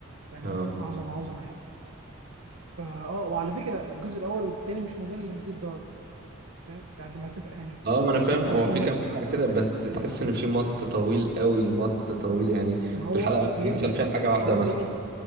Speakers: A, on the right (about 80°); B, on the right (about 50°).
A: فاهمني
B: اه
A: عظمه عظمه يعني فا اه وعلى فكره الجزء الاول والثاني مش ممل لهذه الدرجه فاهم بعد ما تف... يعني
B: اه ما انا فاهم
A: مش
B: هو في
A: ممل
B: كام حلقة كده بس تحس ان في مط طويل قوي مط طويل يعني
A: ما هو
B: الحلقة
A: بيبني
B: بيحصل فيها حاجة واحدة
A: ما هو
B: مثلا
A: بيقول لك